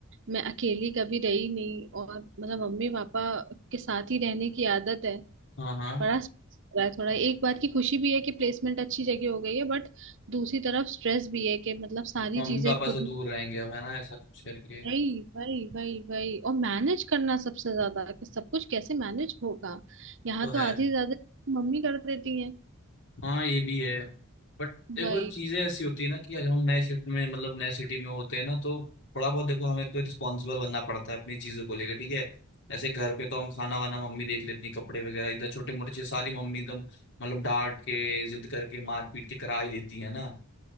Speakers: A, on the right (about 60°); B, on the left (about 55°).
A: मैं अकेली कभी रही नहीं और मतलब मम्मी पापा के साथ ही रहने की आदत है
B: हाँ हाँ
A: बड़ा स्ट्रेस हो रहा है थोड़ा एक बात की खुशी भी है कि प्लेसमेंट अच्छी जगह हो गई है बट दूसरी तरफ स्ट्रेस भी है कि मतलब सारी
B: मम्मी
A: चीजें
B: पापा
A: खुद
B: से दूर रहेंगे अब है ना ऐसा कुछ करके
A: वही वही वही वही और मैनेज करना सबसे ज्यादा कि सब कुछ कैसे मैनेज होगा यहाँ
B: तो
A: तो
B: है
A: आधी से ज्यादा मम्मी कर देती है
B: हाँ ये भी है बट देखो
A: वही
B: चीजें ऐसी होती है ना कि अगर हम नए शिफ्ट में मतलब नए सिटी में होते हैं ना तो थोड़ा बहुत देखो हमें तो रिस्पॉन्सिबल बनना पड़ता है अपनी चीजों को लेकर ठीक है ऐसे घर पे तो हम खाना वाना मम्मी देख लेती है कपड़े वगैरह इधर छोटे मोटे चीज सारी मम्मी एकदम मतलब डांट के जिद करके मार पीट के करा ही देती है ना